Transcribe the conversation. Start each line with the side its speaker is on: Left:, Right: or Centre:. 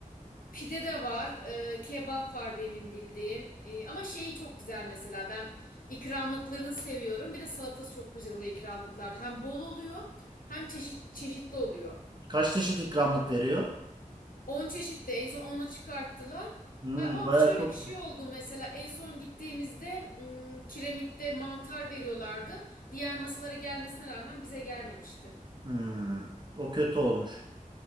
Left: Pide de var, e, kebap var benim bildiğim. E, ama şeyi çok güzel mesela ben ikramlıklarını seviyorum. Bir de salatası çok güzel oluyor ikramlıklarda. Hem bol oluyor hem çeşit çeşitli oluyor.
Right: Kaç çeşit ikramlık veriyor?
Left: 10 çeşit de en son onu çıkarttılar.
Right: Hı,
Left: Ha, ama
Right: bayağı
Left: şöyle
Right: çokmuş.
Left: bir şey oldu mesela en son gittiğimizde m, kiremitte mantar veriyorlardı. Diğer masalara gelmesine rağmen bize gelmemişti.
Right: Hı, o kötü olmuş.